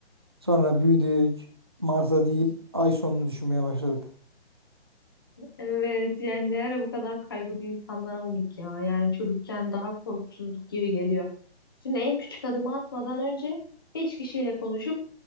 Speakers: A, on the right; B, on the left.
A: Sonra büyüdük. Mars'a değil, ay sonunu düşünmeye başladık.
B: Evet yani ne ara bu kadar kaygılı insanlara olduk ya. Yani çocukken daha korkusuzluk gibi geliyor. Şimdi en küçük adımı atmadan önce beş kişiyle konuşup